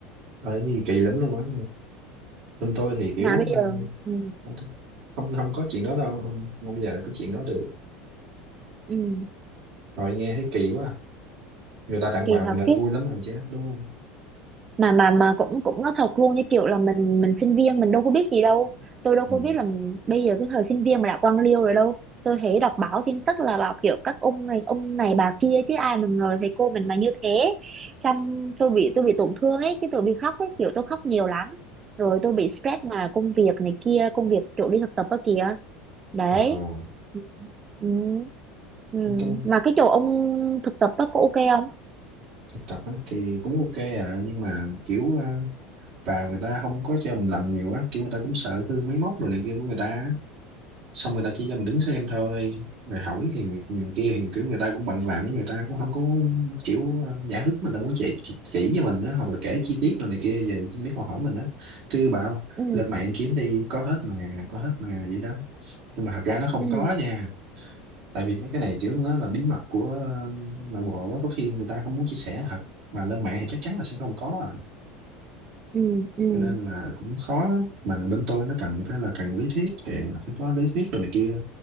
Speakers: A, on the right; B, on the right.
A: Đấy, kỳ lắm luôn á. Bên tôi thì kiểu
B: mà bây
A: ừ,
B: giờ ừ,
A: không không không có chuyện đó đâu, không, không bao giờ có chuyện đó được.
B: ừ,
A: Rồi nghe thấy kỳ quá. à. Người ta tặng
B: kỳ
A: quà mình
B: thật
A: là
B: chứ
A: vui lắm rồi chứ, đúng không?
B: mà mà mà cũng cũng nói thật luôn như kiểu là mình mình sinh viên mình đâu có biết gì đâu tôi đâu
A: Ừ.
B: có biết là bây giờ cái thời sinh viên mà đã quan liêu rồi đâu tôi thấy đọc báo tin tức là bảo kiểu các ông này ông này bà kia chứ ai mà ngờ thầy cô mình mà như thế xong tôi bị tôi bị tổn thương ấy cái tôi bị khóc ấy kiểu tôi khóc nhiều lắm rồi tôi bị stress mà công việc này kia công việc chỗ đi thực tập đó kìa đấy
A: Ờ,
B: ừ. Ừ. Ừ.
A: chúng tôi
B: mà cái chỗ ông thực tập đó có ok không
A: thực tập á, thì cũng ok à, nhưng mà kiểu à, vào người ta không có cho mình làm nhiều á, kiểu người ta cũng sợ hư máy móc rồi này kia của người ta. xong người ta chỉ cho mình đứng xem thôi rồi hỏi thì người, người kia thì kiểu người ta cũng bận làm người ta cũng không có kiểu ờ, nhã hứng mình ta muốn chỉ, chỉ, chỉ cho mình đó, hoặc là kể chi tiết rồi này kia về mấy câu hỏi mình đó cứ bảo
B: ừ.
A: lên mạng kiếm đi có hết mà có hết mà vậy đó nhưng mà thật ra nó không
B: Ừ.
A: có nha tại vì mấy cái này kiểu nó là bí mật của ờ, nội bộ á, có khi người ta không muốn chia sẻ thật mà lên mạng thì chắc chắn là sẽ không có à
B: Ừ. Ừ.
A: cho nên là cũng khó lắm mà bên tôi nó cần phải là cần lý thuyết thì phải có lý thuyết đồ này kia